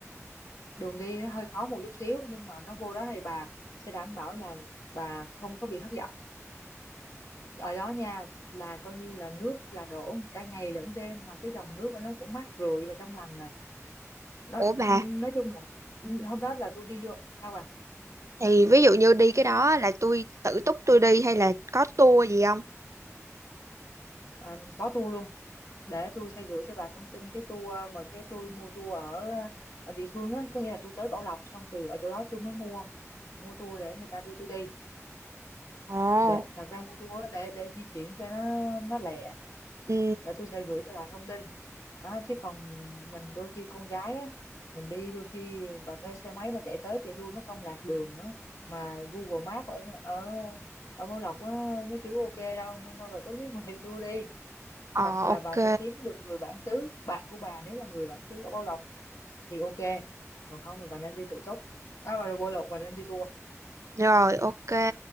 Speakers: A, on the left (about 80°); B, on the right (about 65°).
A: đường đi nó hơi khó một chút xíu nhưng mà nó vô đó thì bà sẽ đảm bảo là bà không có bị thất vọng ở đó nha là coi như là nước là đổ cả ngày lẫn đêm mà cái dòng nước của nó cũng mát rượi và trong lành nè nó
B: Ủa
A: ừ,
B: bà,
A: nói chung là ừ, hôm đó là tôi đi vô sao à,
B: thì ví dụ như đi cái đó là tôi tự túc tôi đi hay là có tour gì không?
A: à có tour luôn để tôi sẽ gửi cho bà thông tin cái tour mà cái tôi mua tour ở ở địa phương á có nghĩa là tôi tới Bảo Lộc xong từ ở chỗ đó tôi mới mua mua tour để người ta đưa tôi đi
B: Ồ,
A: để thật ra mua tour á, để để di chuyển cho nó nó lẹ
B: ừ,
A: để tôi sẽ gửi cho bà thông tin đó, chứ còn mình đôi khi con gái á mình đi đôi khi bà thuê xe máy bà chạy tới chạy lui mất công lạc đường nữa mà Google Maps ở ở ở Bảo Lộc á nó chưa ok đâu nên thôi bà tốt nhất mình đi tour đi
B: ờ,
A: hoặc là
B: ok,
A: bà phải kiếm được người bản xứ bạn của bà nếu là người bản xứ ở Bảo Lộc thì ok còn không thì bà nên đi tự túc à, bà đi Bảo Lộc bà nên đi tour
B: rồi ok.